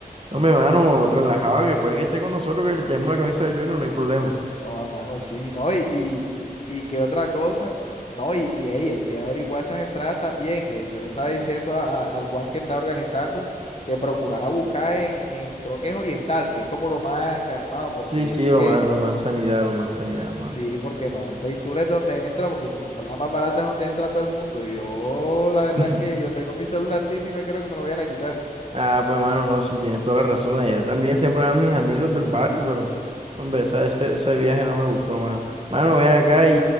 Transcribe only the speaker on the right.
Hombre, mano, relajado, que puede que esté con nosotros, que tenemos la camisa del Junior, no hay problema.
Sí, sí,
lo
más, lo más sanidad, lo más sanidad, mano.
<laughs>
Ah, pues mano, no, sí tienes toda la razón. Allá también siempre eran mis amigos del barrio, pero hombre, esa- ese, ese viaje no me gustó, mano. Mano, ven acá y,